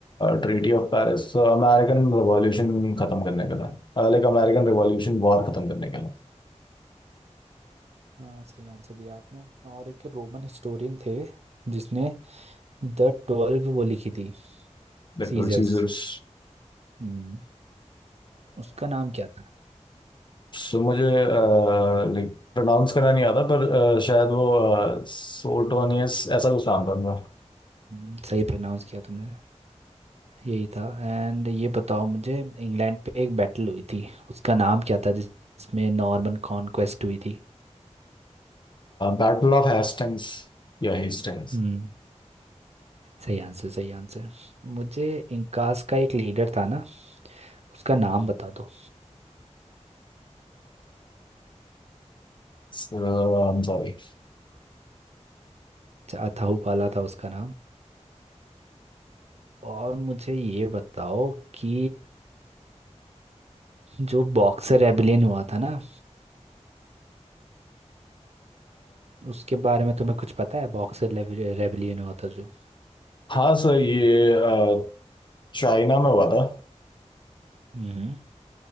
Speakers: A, on the left; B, on the right.
A: Treaty of Paris American revolution खत्म करने के लिए लाइक अमेरिकन रिवॉल्यूशन वॉर खत्म करने के लिए
B: हाँ सही आंसर दिया आपने और एक रोमन हिस्टोरियन थे जिसने द ट्वेल्व वो लिखी थी
A: Literal
B: सीजर्स
A: Caesars
B: हम्म उसका नाम क्या था
A: सो मुझे लाइक प्रोनाउंस करना नहीं आता पर अ, शायद वो सोटोनियस ऐसा कुछ नाम था उनका
B: हम्म, सही प्रोनाउंस किया तुमने यही था एंड ये बताओ मुझे इंग्लैंड पे एक बैटल हुई थी उसका नाम क्या था जिस- जिसमें नॉर्मन कॉन्क्वेस्ट हुई थी
A: बैटल ऑफ हेस्टिंग्स या Hastings
B: हम्म सही आंसर सही आंसर मुझे इंकास का एक लीडर था ना उसका नाम बता दो
A: So I am sorry
B: अच्छा, अथाहुपाला था उसका नाम और मुझे ये बताओ कि जो बॉक्सर रेबिलियन हुआ था ना उसके बारे में तुम्हें कुछ पता है बॉक्सर रेबिलियन हुआ था जो
A: हाँ सर ये चाइना में हुआ था
B: हम्म